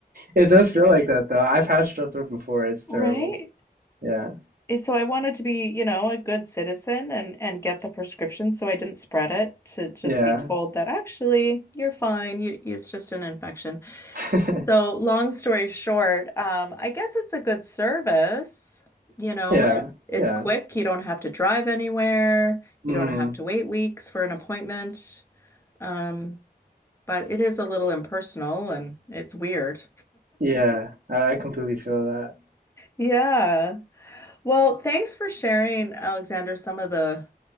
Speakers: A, on the right; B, on the left.
A: It does feel like that though. I've had strep throat before. It's terrible.
B: Right?
A: Yeah.
B: And So I wanted to be, you know, a good citizen and and get the prescription so I didn't spread it to just
A: Yeah.
B: be told that actually you're fine. You, it's just an infection.
A: <laughs>
B: So long story short, um, I guess it's a good service. You know,
A: Yeah.
B: it's it's
A: Yeah.
B: quick. You don't have to drive anywhere.
A: hmm
B: You don't have to wait weeks for an appointment. Um, but it is a little impersonal and it's weird.
A: Yeah. I completely feel that.
B: Yeah. Well, thanks for sharing, Alexander, some of the